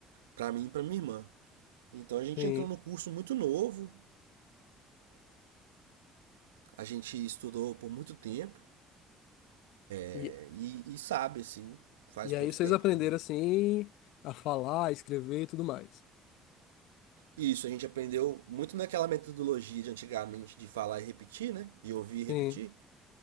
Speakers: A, on the right; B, on the left.
A: para mim e para minha irmã. Então a gente
B: Sim.
A: entrou no curso muito novo, a gente estudou por muito tempo é,
B: E,
A: e, e sabe, assim, faz
B: e
A: muito
B: aí vocês
A: tempo
B: aprenderam
A: também.
B: assim a falar, a escrever e tudo mais.
A: Isso, a gente aprendeu muito naquela metodologia de antigamente de falar e repetir, né? De ouvir e repetir.
B: sim